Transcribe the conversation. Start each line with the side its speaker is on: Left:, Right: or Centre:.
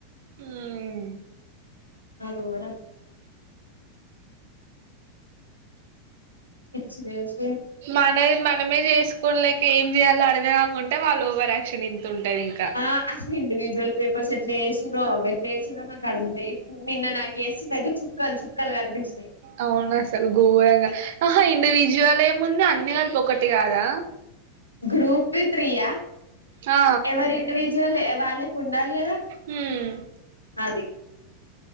Right: ఉమ్ ఊహ్మ్
Left: నా గోరం పిచ్చి లేస్
Right: మనవి మనమే జేస్ కు <unintelligible> ఇంకేం చేయలో అర్థం కాకుంటే వాళ్ల ఓవరక్షన్ ఇం తుంటది ఇంక
Left: ఆ అసలు ఇండివిజువల్ పేపర్స్ ఎట్లా చేసిరో అవి ఎట్లా చేసిరో నాకు అర్థం కాలే ఇప్పుడు నిన్న నాకు చేసిందయితే చుక్కలు చుక్కలు కనిపించినాయి
Right: అవును అసలు ఘోరంగా అహా ఇండివిజువల్ గ అన్ని గలిపి ఒక్కటి గాదా
Left: గ్రూప్ కి త్రియ
Right: ఆ
Left: ఎవరి ఇండివిజువల్ వాళ్ళకి ఉండాలి గదా
Right: హ్మ్
Left: అది